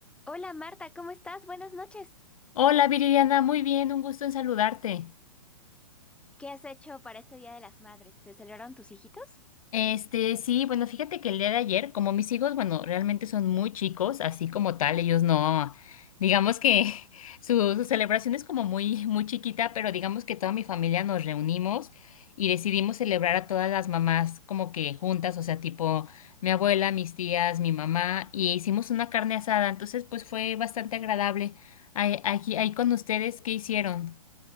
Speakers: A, in the centre; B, on the left.
A: Hola Marta, ¿cómo estás? Buenas noches.
B: Hola Viridiana, muy bien, un gusto en saludarte.
A: ¿Qué has hecho para este Día de las Madres? ¿Te celebraron tus hijitos?
B: Este, sí, bueno, fíjate que el día de ayer, como mis hijos, bueno, realmente son muy chicos, así como tal, ellos no, digamos que <laughs> su, su celebración es como muy, muy chiquita, pero digamos que toda mi familia nos reunimos y decidimos celebrar a todas las mamás como que juntas, o sea, tipo mi abuela, mis tías, mi mamá, y hicimos una carne asada, entonces pues fue bastante agradable. Ahí, aquí, ahí con ustedes, ¿qué hicieron?